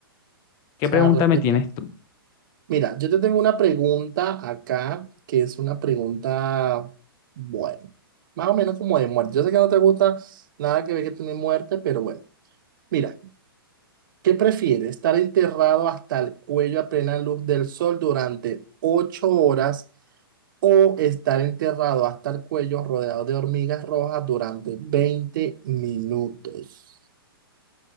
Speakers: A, on the left; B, on the right.
A: ¿Qué
B: sea,
A: pregunta
B: respuesta.
A: me tienes tú?
B: Mira, yo te tengo una pregunta acá, que es una pregunta, bueno, más o menos como de muerte. Yo sé que no te gusta nada que ver que tiene muerte, pero bueno. Mira, ¿qué prefieres? ¿Estar enterrado hasta el cuello a plena luz del sol durante ocho horas? o estar enterrado hasta el cuello rodeado de hormigas rojas durante veinte minutos.